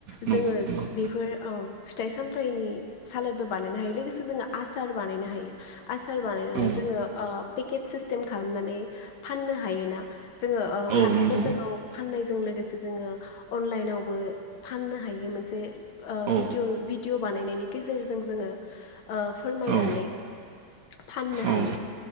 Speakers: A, on the right (about 55°); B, on the left (about 80°).
A: नंगौ
B: जोङो
A: नंगौ
B: बेफोर औ फिथाइ सामथाइनि सालादबो बानायनो हायो लोगोसे जोङो आसार बानायनो हायो आसार बानायनानै
A: औ
B: जोङो ओ पेकेेत सिस्टेम खालामनानै फाननो हायोना जोङो ओ
A: औ
B: हाथाय
A: नंगौ
B: बाजाराव फाननायजों लोगोसे जोङो अनलाइनावबो फाननो हायो मोनसे ओ
A: औ
B: भिदिअ भिडिअ बानायनायनि गेजेरजों जोङो ओ फोरमायनानै
A: औ
B: फाननो
A: औ
B: हायो।